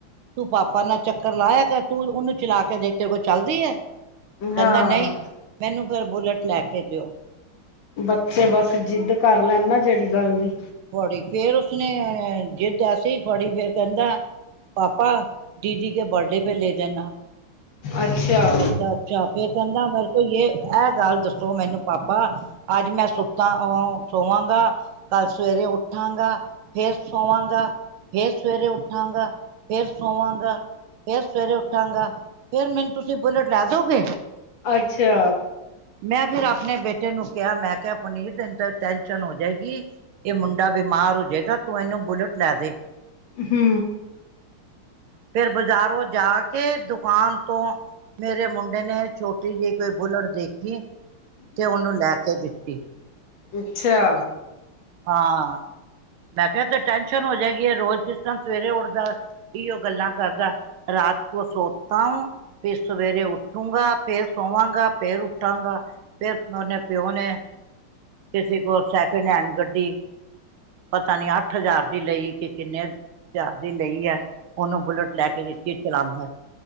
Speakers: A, on the right; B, on the left.
A: ਤੂੰ ਪਾਪਾ ਨਾਲ ਚੱਕਰ ਲਾਇਆ ਕਰ, ਤੂੰ ਉਹਨੂੰ ਚਲਾ ਕੇ ਦੇਖ ਤੇਰੇ ਕੇਲ ਚੱਲਦੀ ਏ। ਕਹਿੰਦਾ
B: ਹਾਂ
A: ਨਹੀਂ, ਮੈਨੂੰ ਫੇਰ ਬੁਲੇਟ ਲੈ ਕੇ ਦਿਓ।
B: ਬੱਚੇ ਬਸ ਜਿੱਦ ਕਰ ਲੈਂਣ ਨਾ ਜਿਹੜੀ ਗੱਲ ਦੀ।
A: ਬੜੀ ਫੇਰ ਉਸਨੇ ਜਿੱਦ ਐਸੀ ਫੜੀ ਫੇਰ ਕਹਿੰਦਾ ਪਾਪਾ ਦੀਦੀ ਕੇ ਬਰਡੇ ਪੇ ਲੈ ਦੇਨਾ।
B: ਅੱਛਾ।
A: ਕਹਿੰਦਾ, ਅੱਛਾ ਫੇਰ ਕਹਿੰਦਾ ਮੇਰੇ ਕੋ ਯੇ ਇਹ ਗੱਲ ਦੱਸੋ ਮੈਨੂੰ ਪਾਪਾ ਅੱਜ ਮੈਂ ਸੁੱਤਾ ਸੋਵਾਂਗਾ। ਕੱਲ ਸਵੇਰੇ ਉੱਠਾਂਗਾ, ਫੇਰ ਸੋਵਾਂਗਾ, ਫੇਰ ਸਵੇਰੇ ਉੱਠਾਂਗਾ। ਫੇਰ ਸੋਵਾਂਗਾ, ਫੇਰ ਸਵੇਰੇ ਉੱਠਾਂਗਾ, ਫੇਰ ਮੈਨੂੰ ਤੁਸੀਂ ਬੁਲੇਟ ਲੈ ਦੋਗੇ।
B: ਅੱਛਾ।
A: ਮੈਂ ਫੇਰ ਆਪਣੇ ਬੇਟੇ ਨੂੰ ਕਿਹਾ ਮੈਂ ਕਿਹਾ ਪੁਨੀਤ ਟੈਸ਼ਨ ਹੋ ਜਾਏਗੀ। ਇਹ ਮੁੰਡਾ ਬਿਮਾਰ ਹੋ ਜਾਏਗਾ ਤੂੰ ਇਹਨੂੰ ਬੁਲੇਟ ਲੈ ਦੇ।
B: ਹੂੰ।
A: ਫਿਰ ਬਾਜ਼ਾਰੋਂ ਜਾ ਕੇ ਦੁਕਾਨ ਤੋਂ ਮੇਰੇ ਮੁੰਡੇ ਨੇ ਛੋਟੀ ਜਿਹੀ ਕੋਈ ਬੁਲਟ ਦੇਖੀ। ਤੇ ਉਹਨੂੰ ਲੈ ਕੇ ਦਿੱਤੀ
B: ਅੱਛਾ।
A: ਹਾਂ ਮੈਂ ਕਿਹਾ ਤੇ ਟੈਨਸ਼ਨ ਹੋ ਜਾਏਗੀ, ਇਹ ਰੋਜ਼ ਜਿਸ ਟਾਈਮ ਸਵੇਰੇ ਉੱਠਦਾ। ਇਓ ਗੱਲਾਂ ਕਰਦਾ ਰਾਤ ਕੋ ਸੋਤਾਹੂੰ। ਵੀ ਸਵੇਰੇ ਉਠੂੰਗਾ, ਫੇਰ ਸੋਵਾਂਗਾ, ਫੇਰ ਉੱਠਾਂਗਾ। ਫਿਰ ਓਨੇ ਪਿਓ ਨੇ ਕਿਸੇ ਕੋਲ ਸੈਕਿੰਡ ਹੈਂਡ ਗੱਡੀ ਪਤਾ ਨੀ ਅੱਠ ਹਜ਼ਾਰ ਦੀ ਲਈ ਕਿ ਕਿੰਨੇ ਹਜ਼ਾਰ ਦੀ ਲਈ ਹੈ ਉਹਨੂੰ ਬੁਲਟ ਲੈ ਕੇ ਦੀਤੀ ਚਲਾਉਂਦਾ।